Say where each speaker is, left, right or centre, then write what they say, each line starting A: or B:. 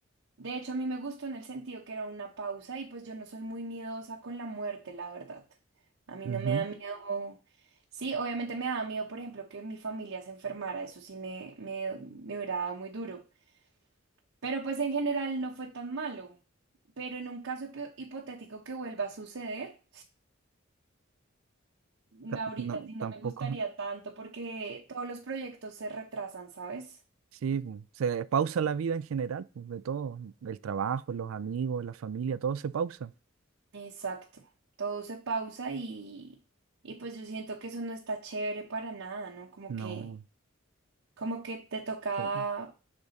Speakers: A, on the right; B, on the right.
A: De hecho, a mí me gustó en el sentido que era una pausa y pues yo no soy muy miedosa con la muerte, la verdad. A mí
B: ujú.
A: no me da miedo. Sí, obviamente me daba miedo, por ejemplo, que mi familia se enfermara. Eso sí me, me, me hubiera dado muy duro. Pero pues en general no fue tan malo. Pero en un caso hipo- hipotético que vuelva a suceder, <sighs>
B: Ta-
A: ahorita
B: No,
A: sí no
B: tampoco.
A: me gustaría tanto porque todos los proyectos se retrasan, ¿sabes?
B: Sí, pu, se pausa la vida en general, pues, de todo, el trabajo, los amigos, la familia, todo se pausa.
A: Exacto, todo se pausa y, y pues yo siento que eso no está chévere para nada, ¿no? Como
B: No,
A: que, como que te toca...
B: to-